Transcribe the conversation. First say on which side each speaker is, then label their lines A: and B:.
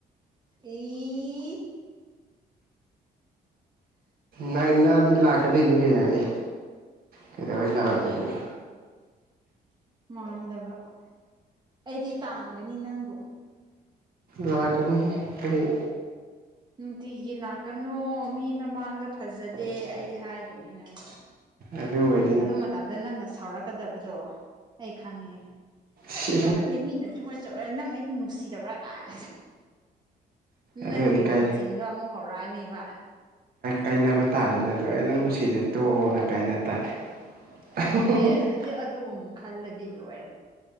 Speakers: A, on the right (about 25°); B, on the right (about 60°).
A: ꯏꯁ
B: ꯅꯛꯑꯗꯤ ꯂꯥꯛꯀꯗꯣꯏꯅꯤ ꯀꯩꯅꯣ ꯑꯦ ꯀꯩꯗꯧꯕꯩ ꯂꯥꯛꯑꯣꯏꯗꯣꯏꯅꯣ
A: ꯃꯥꯟꯗꯕ ꯑꯩꯗꯤ ꯇꯥꯟꯒꯅꯤ ꯅꯪꯗꯣ
B: ꯂꯥꯛꯀꯅꯤ ꯑꯩ
A: ꯅꯨꯡꯇꯤꯒꯤ ꯂꯥꯛꯀꯅꯨ ꯃꯤ ꯃꯃꯥꯡꯗ ꯐꯖꯗꯦ ꯑꯩꯗꯤ ꯍꯥꯏ ꯗꯨꯢꯏꯦ ꯅꯪꯉꯣꯡꯗ
B: ꯑꯗꯨ ꯑꯣꯏ
A: ꯑꯗꯨ ꯃꯇꯝꯗ ꯅꯪꯅ ꯁꯥꯎꯔꯛꯀꯗꯕꯗꯣ ꯑꯩ ꯈꯪꯉꯦ ꯀꯔꯤꯅꯣ
B: ꯁꯤ
A: ꯈꯪꯗꯦ ꯃꯤꯅ ꯁꯨꯃꯥꯏꯅ ꯇꯧꯔ ꯅꯪ ꯑꯩꯗꯨ ꯅꯨꯡꯁꯤꯗꯕ꯭ꯔꯥ ꯀꯥꯏ
B: ꯑꯗꯨ
A: ꯅꯪꯒꯤ
B: ꯑꯣꯏꯔꯗꯤ ꯀꯥꯏ
A: ꯃꯆꯤꯡ ꯑꯗꯣ ꯑꯃꯨꯛ ꯍꯧꯔꯛꯑꯅꯤꯕ
B: ꯀꯥꯏꯅꯕ ꯇꯥꯔꯦꯅꯦ ꯑꯗꯨ ꯑꯩ ꯅꯨꯡꯁꯤꯗ꯭ꯔꯗꯤ ꯇꯣꯛꯑꯣꯅ ꯀꯥꯏꯅ ꯇꯔꯦ <inaudible>
A: ꯑꯦꯁ ꯑꯗꯨ ꯑꯗꯨꯒꯨꯝ ꯈꯜꯂꯗꯤ ꯂꯣꯏꯔꯦ